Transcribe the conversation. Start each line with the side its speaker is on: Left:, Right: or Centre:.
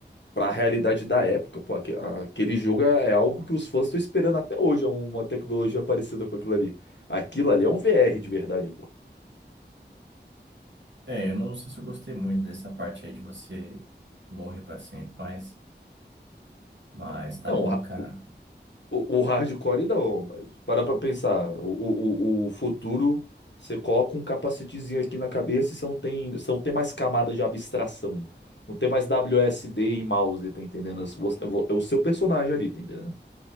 Left: Pra realidade da época, pô, aque- aquele jogo é é algo que os fãs estão esperando até hoje, é um, uma tecnologia parecida com aquilo ali. Aquilo ali é um VR de verdade, pô.
Right: É, eu não sei se eu gostei muito dessa parte aí de você morrer pra sempre, mas, mas tá
Left: Não,
Right: bom,
Left: o, ra-
Right: cara.
Left: o, o- o hardcore não, mas para pra pensar, o, o, o o futuro, você coloca um capacetezinho aqui na cabeça e você não tem, você não tem mais camada de abstração. Não tem mais WSD e mouse, tá entendendo? Você- vo- É o seu personagem ali, tá entendendo?